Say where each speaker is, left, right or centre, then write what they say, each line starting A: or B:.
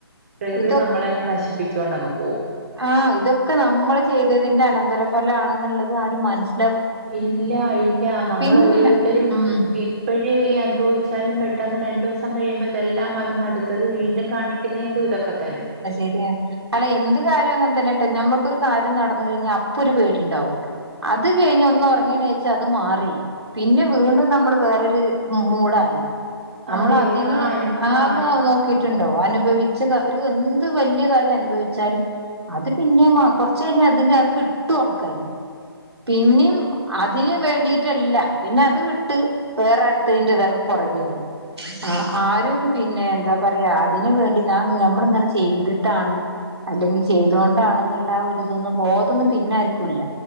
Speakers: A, on the right (about 30°); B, on the right (about 80°).
A: പ്രകൃതി
B: ഇതൊ
A: നമ്മളെ നശിപ്പിച്ചൊണ്ടങ്ങ് പോവും
B: ആ ഇതൊക്കെ നമ്മള് ചെയ്തതിന്റെ അനന്തര ഫലാണെന്നുള്ളത് ആരും മനസ്
A: ഇല്ലാ ഇല്ലാ നമ്മളോരോരുത്തരും
B: പിന്നെ ഉം
A: ഇപ്പോഴേ ഈ അനുഭവിച്ചാലും പെട്ടെന്ന് രണ്ടൂസം കഴിയുമ്പോൾ ഇതെല്ലാം മറന്ന് അടു ത്തത് വീണ്ടും കാണിക്കുന്നേ എന്താ ഇതൊക്കെ തന്നെ
B: ശെരിയാണ് അല്ല എന്ത് കാര്യം അങ്ങൻ തന്നെ ട്ടൊ നമ്മൾക്കൊരു കാര്യം നടന്ന് കയ്ഞ്ഞാ അപ്പൊ ഒരു പേടിണ്ടാവും അത് കഴിഞ്ഞ് ഒന്ന് ഉറങ്ങിണീച്ചാ അത് മാറി പിന്നെ വീണ്ടും നമ്മള് വേറൊരു മൂടായി നമ്മള്
A: അതെ
B: അതിന്
A: ആ അനു
B: ആന്ന്
A: ആ
B: നോ ട്ടുണ്ടോ അനുഭവിച്ച ഒരു എന്ത് വലിയ കാര്യം അനുഭവിച്ചാലും അത് പിന്നെ കൊറച്ച കഴിഞ്ഞാഞ് അതിന്റെ അത് വിട്ടും ആൾക്കാര് പിന്നിം അതിന് വേണ്ടിട്ടല്ല പിന്നെ അത് വിട്ട് വേറെ അടുത്തതിന്റെ പുറകെ ആയി ആ ആരും പിന്നെ എന്താ പറയാ അതിന് വേണ്ടി ഞാ ഞമ്മളിങ്ങനെ ചെയ്തിട്ടാണ് അല്ലെങ്കിൽ ചെയ്തുക കൊണ്ടാണെന്നുള്ള ആ ഒരുതൊന്നും ബോധം ഒന്നും പിന്നെ ആർക്കൂല്ല